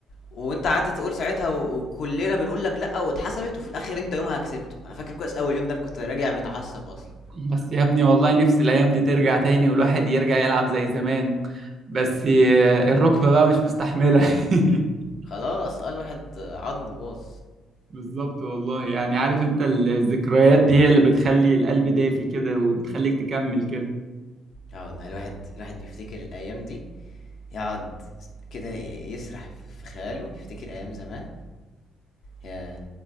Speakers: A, on the left; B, on the right.
A: وانت قعدت تقول ساعتها و- وكلنا بنقول لك لا واتحسبت وفي الاخر انت يومها كسبته انا فاكر كويس اول يوم ده انا كنت راجع متعصب اصلا
B: بس يا ابني والله نفسي الأيام دي ترجع تاني والواحد يرجع يلعب زي زمان بس آه، الركبة بقى مش مستحملة <laughs>
A: خلاص اه الواحد عظمه باظ
B: بالظبط والله يعني عارف انت الذكريات دي هي اللي بتخلي القلب دافي كده وبتخليك تكمل كده
A: اه والله الواحد الواحد بيفتكر الايام دي يقعد كده ي- يسرح في خياله يفتكر ايام زمان يا